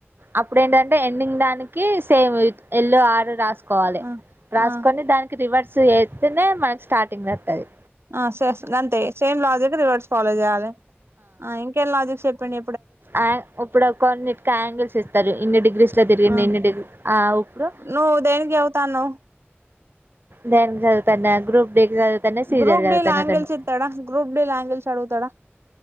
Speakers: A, on the right (about 55°); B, on the right (about 70°).
A: అప్పుడేంటంటే ఎండింగ్ దానికీ సేమ్ ఎల్లు ఆరు రాస్ కోవాలె
B: ఆ
A: రాసుకొని
B: ఆ
A: దానికి రివర్స్ జేత్తెనే మనకి స్టార్టింగ్దత్తది
B: ఆ సెస్ అంతే సేమ్ లాజిక్ రివర్స్ ఫాలో జెయ్యాలె ఆ ఇంకేం లాజిక్సెప్పిండు
A: అ ఇప్పుడు కొన్నిట్కాంగిల్స్ ఇస్తరు ఇన్ని డిగ్రీస్ల తిరిగింది
B: ఆ
A: ఇన్ని డిగ్ ఆ ఇప్పుడు
B: నువ్వు దేనికినికి చవుతాన్నవ్
A: నేన్ జదుతన్నా గ్రూప్ డీకి చదువుతాన్నా సీరియల్
B: గ్రూప్
A: చదువుతాన్నా
B: డీల ఆంగెల్స్
A: రెండు
B: ఇత్తడా గ్రూప్ డీల ఆంగెల్స్ అడగుతడా